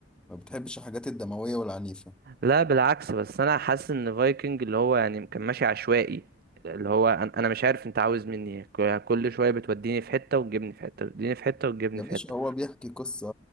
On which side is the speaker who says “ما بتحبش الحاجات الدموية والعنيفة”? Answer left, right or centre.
Centre